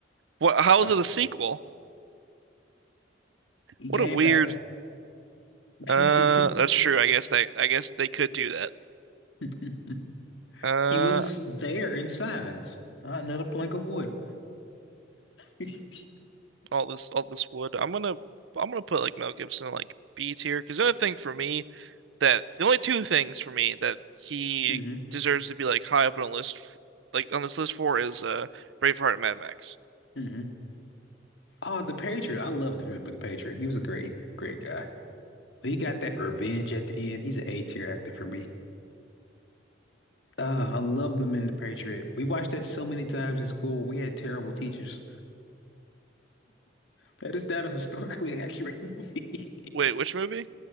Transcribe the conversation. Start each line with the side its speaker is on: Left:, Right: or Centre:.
Right: what how
Left: Uh,
Right: is it a sequel?
Left: he
Right: What
Left: came
Right: a weird
Left: back. <laughs>
Right: uh that's true. I guess they I guess they could do that.
Left: <laughs>
Right: Uh,
Left: He was there in signs, not another plank of wood. <laughs>
Right: all this, all this wood. I'm gonna, I'm gonna put like Mel Gibson in like B tier because the only thing for me that the only two things for me that he
Left: hmm
Right: deserves to be like high up on a list, like on this list for is uh Braveheart and Mad Max.
Left: hmm Oh, the Patriot. I loved him in The Patriot. He was a great, great guy. He got that revenge at the end. He's an A tier actor for me. Uh, I loved him in The Patriot. We watched that so many times in school. We had terrible teachers. That is not a historically <laughs> accurate movie.
Right: Wait, which movie?